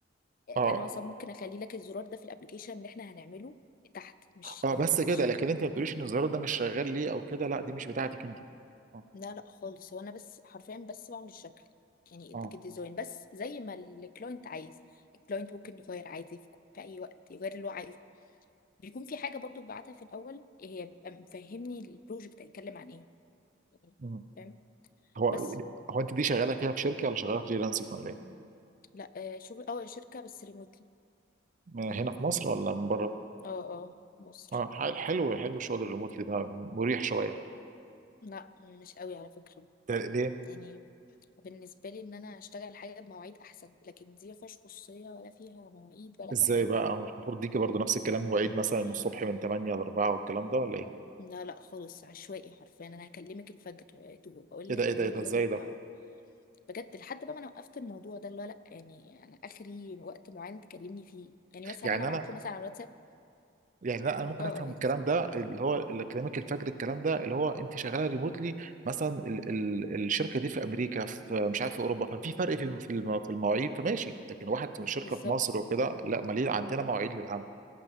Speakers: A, on the right; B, on the left.
A: اه
B: انا مثلا ممكن اخلي لك الزرار ده في الابلكيشن اللي احنا هنعمله تحت مش
A: اه
B: يعني
A: بس
B: انت مش
A: كده لكن انت ما بتقوليش ان الزرار ده مش شغال ليه او كده لا دي مش بتاعتك انت اه
B: لا لا خالص هو انا بس حرفيا بس بعمل الشكل يعني الديزاين
A: اه
B: بس زي ما الكلاينت عايز الكلاينت ممكن يغير عادي في في اي وقت يغير اللي هو عايزه بيكون في حاجه برضو ببعتها في الاول هي بيبقى مفهمني البروجكت هيتكلم عن ايه يعني
A: مم.
B: فاهم
A: هو
B: بس
A: هو انت دي شغاله فيها في شركه ولا شغاله فريلانسنج ولا ايه
B: لا آه، شغل اه شركه بس ريموتلي
A: ما هنا في مصر ولا من بره
B: اه اه مصر
A: اه حل- حلو حلو شغل الريموتلي ده مريح شويه
B: لا مش قوي على فكره
A: ده ليه
B: يعني بالنسبه لي ان انا اشتغل حاجه بمواعيد احسن لكن دي ما فيهاش خصوصيه ولا فيها مواعيد ولا
A: ازاي
B: اي حاجه
A: بقى هو مش المفروض ديكي برضو نفس الكلام مواعيد
B: <coughs>
A: مثلا من الصبح من 8 ل 4 والكلام ده ولا ايه
B: لا لا خالص عشوائي حرفيا انا هكلمك الفجر آه، اقول
A: ايه ده
B: لك
A: ايه
B: قولي
A: ده ايه ده
B: لي
A: ازاي
B: يلا
A: ده
B: بجد لحد بقى ما انا وقفت الموضوع ده اللي هو لا يعني انا اخري وقت معين تكلمني فيه يعني مثلا
A: يعني
B: انا ابعت
A: انا
B: له مثلا على الواتساب
A: يعني لا انا ممكن
B: اه
A: افهم الكلام ده اللي هو اكاديميك الفجر الكلام ده اللي هو انت شغاله ريموتلي مثلا ال ال الشركه دي في امريكا في مش عارف في اوروبا ففي فرق في الم- في الم- في المواعيد فماشي لكن واحد شركه
B: بالظبط
A: في مصر وكده لا مالين عندنا مواعيد للعمل